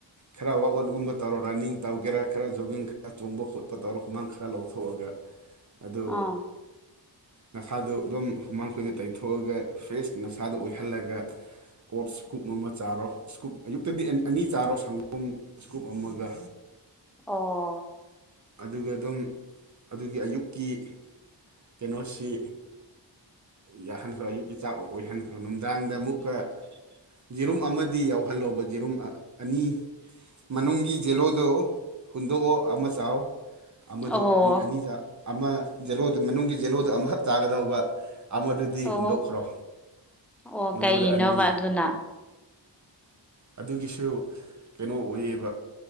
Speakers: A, on the right; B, in the centre.
A: ꯈꯔ ꯋꯥꯛ ꯑꯥꯎꯠꯒꯨꯝꯕ ꯇꯧꯔꯣ ꯔꯟꯅꯤꯡ ꯇꯧꯒꯦꯔꯥ ꯈꯔ ꯖꯣꯒꯤꯡ ꯈꯔ ꯆꯣꯡꯕ ꯈꯣꯠꯄ ꯇꯧꯔ ꯍꯨꯃꯥꯡ ꯈꯔ ꯂꯧꯊꯣꯛꯑꯒ
B: <inaudible>
A: ꯑꯣ
B: ꯎꯝ
A: ꯅꯁꯥꯗꯨ ꯑꯗꯨꯝ ꯍꯨꯃꯥꯡꯈꯣꯏꯗ ꯇꯩꯊꯣꯛꯑꯒ ꯐ꯭ꯔꯦꯁ ꯑꯁꯥꯗ ꯑꯣꯏꯍꯜꯂꯒ ꯑꯣꯠ ꯁꯀꯨꯞ ꯑꯃ ꯆꯥꯔꯣ ꯁꯀꯨꯞ ꯑꯌꯨꯛꯇꯗꯤ ꯑꯅꯤ ꯆꯥꯔꯣ ꯁꯪꯒꯣꯝ ꯏꯁꯀꯨꯞ ꯑꯃꯒ
B: ꯑꯣ
A: ꯑꯗꯨꯒ ꯑꯗꯨꯝ ꯑꯗꯨꯒꯤ ꯑꯌꯨꯛꯀꯤ ꯀꯩꯅꯣꯁꯤ ꯌꯥꯍꯟꯈ꯭ꯔꯣ ꯑꯌꯨꯛꯀꯤꯆꯥꯛ ꯑꯣꯏꯍꯟꯈ꯭ꯔꯣ ꯅꯨꯡꯗꯥꯡꯗ ꯑꯃꯨꯛꯀ ꯌꯦꯔꯨꯝ ꯑꯃꯗꯤ ꯌꯥꯎꯍꯜꯂꯣꯕ ꯌꯦꯔꯨꯝ ꯑꯅꯤ ꯃꯅꯨꯡꯒꯤ ꯖꯦꯂꯣꯗꯣ ꯍꯨꯟꯗꯣꯛꯑꯣ ꯑꯃ ꯆꯥꯎ ꯑꯃꯗꯨ
B: ꯑꯣ
A: ꯑꯅꯤ ꯑꯃꯖꯣꯗꯨ ꯃꯅꯨꯡꯒꯤ ꯖꯦꯂꯣꯗꯨ ꯑꯃꯈꯛ ꯆꯥꯒꯗꯧꯕ ꯑꯃꯗꯨꯗꯤ
B: ꯑꯣ
A: ꯍꯨꯟꯗꯣꯛꯈ꯭ꯔꯣ
B: ꯑꯣ
A: ꯅꯣꯡꯃꯗ
B: ꯀꯩꯒꯤꯅꯣꯕ
A: ꯑꯅꯤ
B: ꯑꯗꯨꯅ
A: ꯑꯗꯨꯒꯤꯁꯨ ꯀꯩꯅꯣ ꯑꯣꯏꯌꯦꯕ